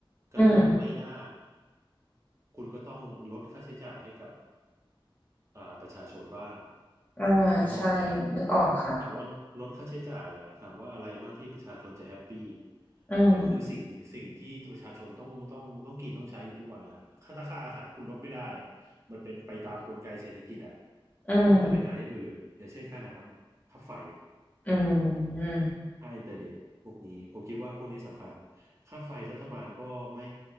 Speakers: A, on the right; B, on the left.
A: กระตุ้นไม่ได้
B: อืม
A: คุณก็ต้องลดค่าใช้จ่ายให้กับอ่าประชาชนบ้าง
B: อ่าใช่นึกออกค่ะ
A: นึกออกไหมฮะถามว่าลดค่าใช้จ่ายอ่ะถามว่าอะไรบ้างที่ประชาชนจะแฮปปี้
B: อืม
A: ก็คือสิ่งสิ่งที่ประชาชนต้องต้องต้องกินต้องใช้อยู่ทุกวันนะฮะค่าราคาอาหารคุณลดไม่ได้อ่ะมันเป็นไปตามกลไกเศรษฐกิจอ่ะ
B: อืม
A: คุณก็ต้องไปหาอย่างอื่นอย่างเช่นค่าน้ำค่าไฟ
B: อืม
A: ค่าอินเทอร์เน็ตพวกนี้ผมคิดว่าพวกนี้สำคัญค่าไฟรัฐบาลก็ไม่